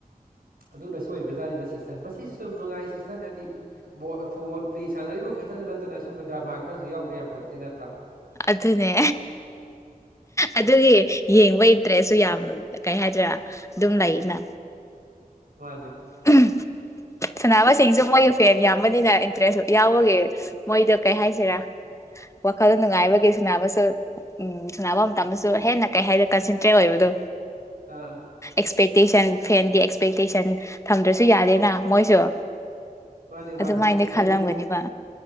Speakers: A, on the right; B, on the left.
A: ꯑꯗꯨꯅꯁꯨ ꯑꯣꯏꯕꯖꯥꯠꯅꯤꯅ ꯁꯤꯁꯇꯔ ꯃꯁꯤꯁꯨ ꯑꯗꯨꯨꯝ ꯅꯨꯡꯉꯥꯏ ꯁꯤꯁꯇꯔ ꯍꯥꯏꯗꯤ ꯕꯣꯜ ꯐꯨꯠꯕꯣꯜ ꯄꯂꯦ ꯁꯥꯟꯅꯔꯤꯕ ꯈꯛꯇꯗ ꯅꯠꯇꯅ ꯁꯨꯒꯨꯝꯕ ꯗ꯭ꯔꯃꯥ ꯈꯔꯁꯨ ꯌꯥꯎꯗ ꯌꯥꯄꯣꯟꯇꯦ ꯅꯠꯇ꯭ꯔꯥ
B: ꯑꯗꯨꯅꯦ ꯑꯗꯨꯒꯤ ꯌꯦꯡꯕꯩ ꯏꯟꯇ꯭ꯔꯦꯁꯁꯨ ꯌꯥꯝ ꯀꯩ ꯍꯥꯏꯗꯣꯢꯔ ꯑꯗꯨꯝ ꯂꯩꯅ
A: ꯃꯥꯟꯅꯤ
B: ꯎꯝ ꯁꯅꯥꯅꯕꯁꯤꯡꯁꯨ ꯃꯣꯏꯒꯤ ꯐꯦꯟ ꯌꯥꯝꯕꯅꯤꯅ ꯏꯟꯇꯔꯦꯁ ꯌꯥꯎꯕꯒꯤ ꯃꯣꯏꯗ ꯀꯩ ꯍꯥꯏꯁꯤꯔꯥ ꯋꯥꯈꯜ ꯅꯨꯡꯉꯥꯏꯕꯒꯤ ꯁꯥꯟꯅꯕꯁꯨ ꯎꯝ ꯁꯥꯟꯅꯕ ꯃꯇꯝꯗꯁꯨ ꯍꯦꯟꯅ ꯀꯩ ꯍꯥꯏꯗ ꯀꯟꯁꯦꯟꯇ꯭ꯔꯦꯠ ꯑꯣꯏꯕꯗꯣ
A: ꯑꯥ
B: ꯑꯦꯛꯁꯄꯦꯛꯇꯦꯁꯟ ꯐꯦꯟꯒꯤ ꯑꯦꯛꯁꯄꯦꯛꯇꯦꯁꯟ ꯊꯝꯗ꯭ꯔꯁꯨ ꯌꯥꯔꯦꯅ ꯃꯣꯢꯁꯨ
A: ꯃꯥꯅꯦ ꯃꯥꯅꯦ
B: ꯑꯗꯨꯃꯥꯏꯅ
A: ꯍꯥꯏꯗꯤ
B: ꯈꯜꯂꯝꯒꯅꯤꯕ
A: ꯂꯩꯕ